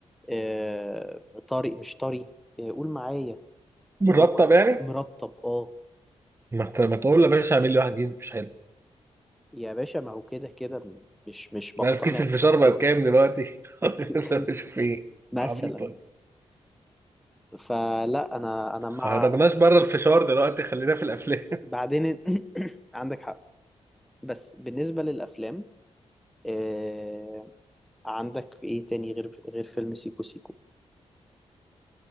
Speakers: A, in the centre; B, on the right.
A: آه... طري مش طري آه... قول معايا
B: مرتب
A: اللي هو
B: يعني
A: مرطب اه
B: ما انت ما تقول يا باشا اعمل لي واحد جديد مش حلو
A: يا باشا ما هو كده كده م- مش مش بقتنع
B: انا في كيس الفشار
A: بالموضوع
B: بقى بكام دلوقتي <laughs>
A: <laughs>
B: لا مش فين
A: مثلا
B: عبيط ولا إيه؟
A: فلا انا انا
B: خرجناش
A: مع
B: بره الفشار دلوقتي خلينا في الافلام
A: بعدين <coughs> عندك حق بس بالنسبه للافلام آه، عندك ايه تاني غير غير فيلم سيكو سيكو